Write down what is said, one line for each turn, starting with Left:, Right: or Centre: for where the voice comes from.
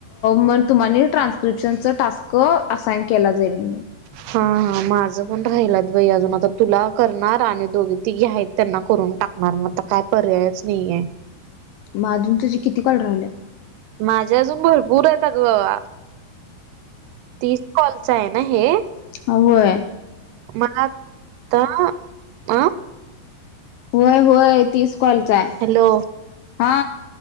Left: मंग तुम्हांला ट्रान्स्क्रिप्शनचं टास्कं असांइन केला जाईल म्हणूंन
Right: हां हां माझं पणं राहिल बाई अजूंन आंता तुलां करणारं आणि दोघी तिघी आहेतं त्यांना करूंन टाकले मंग आंता कायं पर्यायंच नाहीं है
Left: मंग अजूंन तुझे किती कॉल राहिलेत
Right: माझे अजुंन भरपुंर आहेत आंग तीस कॉल्स आहेत नाहीं हे
Left: होयं
Right: मंला आंता अं अं
Left: होयं होय तीस कॉलचा आहे
Right: हॅलो
Left: हा